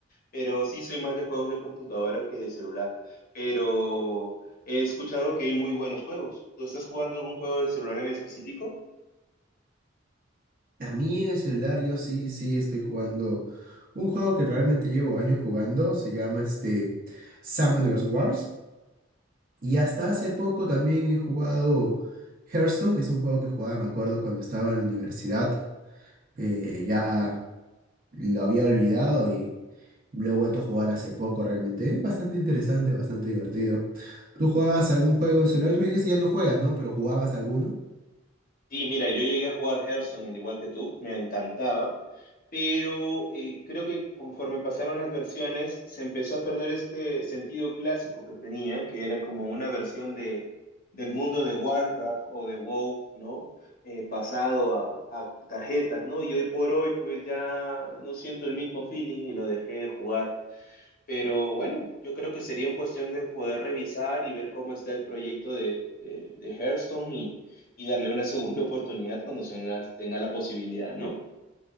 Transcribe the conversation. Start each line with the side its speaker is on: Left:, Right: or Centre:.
Left: Pero sí soy más de juegos de computadora que de celular. Pero he escuchado que hay muy buenos juegos. ¿Tú estás jugando algún juego de celular en específico?
Right: A mí en el celular yo sí, sí estoy jugando un juego que realmente llevo años jugando, se llama este Summoners Wars. Y hasta hace poco también he jugado Hearthstone, que es un juego que jugaba, me acuerdo, cuando estaba en la universidad. Eh, ya lo había olvidado y lo he vuelto a jugar hace poco realmente. Es bastante interesante, bastante divertido. ¿Tú jugabas algún juego en celular? Tú me dijiste que ya no juegas, ¿no? Pero jugabas alguno.
Left: Sí, mira, yo llegué a jugar Hearthstone al igual que tú, me encantaba, pero eh, creo que conforme pasaron las versiones se empezó a perder este sentido clásico que tenía, que era como una versión de, del mundo de Warcraft o de WoW, ¿no? Eh, pasado a, a tarjetas, ¿no? Y hoy por hoy pues ya no siento el mismo feeling y lo dejé de jugar. Pero bueno, yo creo que sería una cuestión de poder revisar y ver cómo está el proyecto de, de, de Hearthstone y, y darle una segunda oportunidad cuando se tenga, tenga la posibilidad, ¿no?